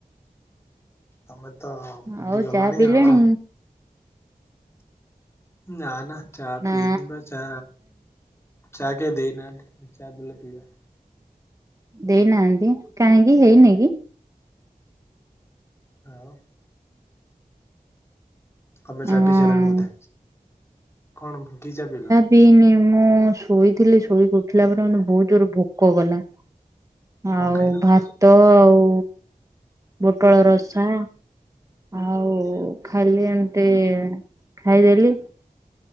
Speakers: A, on the left; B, on the right.
A: ତମେ ତ ଭୁଲିଗଲଣିି
B: ଆଉ ଚା ପିଇଲେଣି?
A: ଅ-ଅ ନା ନା ଚା
B: ନା
A: ପିଇନିବା ଚା ଚା କେଇ ଦେଇନାହାନ୍ତି ଚା ଦେଲେ ପିଇବା।
B: ଦେଇନାହାନ୍ତି କାହିଁକି ହେଇନି କି?
A: ଆଉ ତମେ
B: ହଁ
A: ଚା ପି ସାରିଲଣି ବୋଧେ। କଣ କି ଚା ପିଇଲ?
B: ପିଇନି ମୁଁ ଶୋଇଥିଲି ଶୋଇକି ଉଠିଲା ପରେ ମତେ ବହୁତ ଜୋର ଭୋକ କଲା। ଆଉ
A: କଣ ଖାଇଲ
B: ଭାତ ଆଉ ପୋଟଳ ରସା। ଆଉ ଖାଲି ଏମିତି ଖାଇଦେଲି।